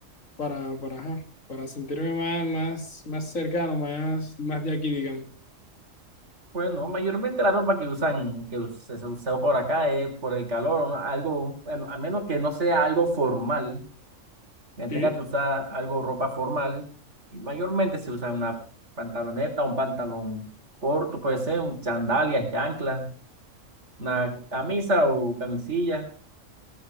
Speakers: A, on the left (about 80°); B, on the right (about 60°).
A: para, para, ajá, para sentirme más, más, más cercano, más, más de aquí, digamos.
B: Bueno, mayormente la ropa que usan, que se se usa por acá es por el calor, ¿no? algo, bueno, a menos que no sea algo formal, que
A: Y,
B: tenga que usar algo ropa formal, y mayormente se usa una pantaloneta, un pantalón corto, puede ser, un sandalias que ancla una camisa o camisilla